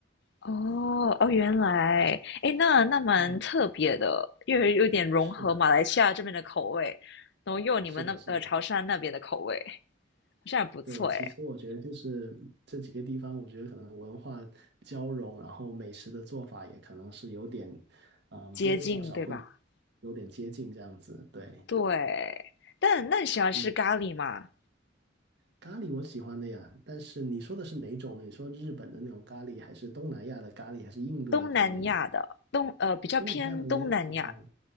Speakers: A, on the left; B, on the right.
A: 哦哦，原来，诶，那那蛮特别的，
B: 嗯，
A: 又有点融合马来西亚这边的口味，
B: 是的，
A: 然后又有你们那呃潮汕那边的口味，
B: 是的，是的。
A: 好像还不错诶，
B: 对，其实我觉得就是这几个地方，我觉得可能文化交融，然后美食的做法也可能是有点，嗯，
A: 接近对吧？
B: 多多少少会有点接近这样子。对，
A: 对，但那你喜欢吃咖喱吗？
B: 嗯，咖喱我喜欢的呀，但是你说的是哪种呢？你说日本的那种咖喱，还是东南亚的咖喱，还是印度的咖喱呢？
A: 东南亚的东呃比较偏东南亚，
B: 东南亚的我也喜欢，